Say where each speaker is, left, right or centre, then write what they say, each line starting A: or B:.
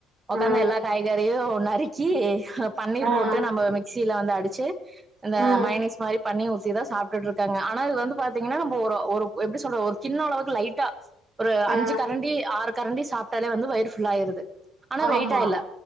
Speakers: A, on the right; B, on the right.
A: உக்காந்து
B: ஆ
A: எல்லா காய்கறியும் நறுக்கி பன்னீர்
B: ஆ
A: போட்டு நம்ம மிக்சியில வந்து அடிச்சு இந்த
B: ஆ
A: மைனீஸ் மாரி பண்ணி இதான் சாப்பிட்டு இருக்காங்க ஆன இது வந்து பாத்தீங்கன்னா ஒரு ஒரு எப்படி சொல்றது ஒரு கின்ன அளவுக்கு லைட்டா ஒரு அஞ்சு
B: ஆ
A: கரண்டி ஆறு கரண்டி சாப் டாலே வந்து வயிரு ஃபுல் ஆயிருது ஆனா
B: ஆமா
A: வெயிட்டா இல்ல